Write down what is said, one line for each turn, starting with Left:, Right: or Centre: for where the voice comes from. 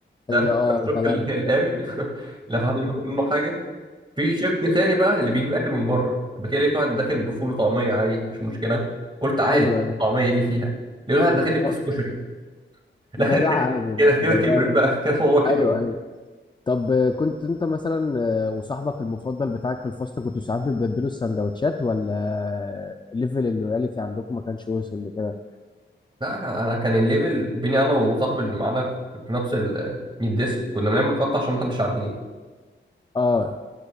Left: اللي
Right: ده <laughs>
Left: اه
Right: الشق
Left: الغلابة
Right: ال- الامن <laughs> لو حد ياخد منه حاجه في شق تاني بقى اللي بيجيب اكل من بره قبل كده لقيت واحد داخل بفول وطعميه عادي مش مشكله قلت عادي
Left: ايوه ايوه
Right: طعميه ايه اللي فيها لقيت واحد داخل لي بكيس
Left: آه،
Right: كشري <laughs>
Left: ده
Right: لا انت
Left: ده عادي
Right: كده
Left: لا
Right: كده
Left: ده
Right: كبرت
Left: ده
Right: بقى <laughs> كان الموضوع كبر
Left: ايوه ايوه طب آه، كنت انت مثلا آه، وصاحبك المفضل بتاعك في الفصل كنتوا ساعات بتبدلوا السندوتشات ولا آه، ليفل اللويالتي عندكم ما كانش وصل لكده
Right: لا انا كان الليفل بيني انا وصاحبي اللي معانا في نفس ال- الديسك كنا بنعمل خط عشان ما حدش يعديه
Left: اه